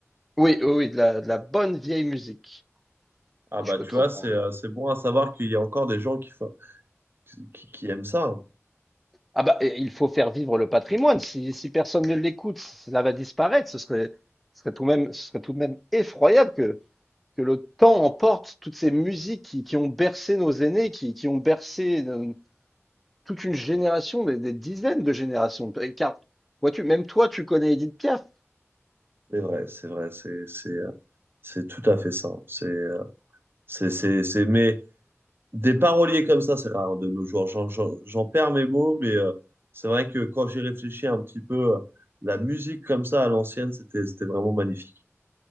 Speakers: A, in the centre; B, on the right (about 50°).
A: Oui, oui, oui, de la, de la bonne vieille musique,
B: Ah
A: si
B: bah
A: je peux
B: tu
A: te
B: vois,
A: reprendre.
B: c'est euh, c'est bon à savoir qu'il y a encore des gens qui, fo- qui, qui aiment ça. hein.
A: Ah bah, et il faut faire vivre le patrimoine. Si, si personne ne l'écoute, cela va disparaître. Ce serait, ce serait tout de même, ce serait tout de même effroyable que le temps emporte toutes ces musiques qui, qui ont bercé nos aînés, qui, qui ont bercé euh, toute une génération, des, des dizaines de générations. Car, vois-tu, même toi, tu connais Edith Piaf.
B: C'est vrai, c'est vrai, c'est c'est euh, c'est tout à fait ça. hein. C'est euh, c'est c'est c'est mais des paroliers comme ça, c'est rare de nos jours. J'en j'en- j'en perds mes mots, mais euh, c'est vrai que quand j'y réfléchis un petit peu, euh, la musique comme ça à l'ancienne, c'était c'était vraiment magnifique.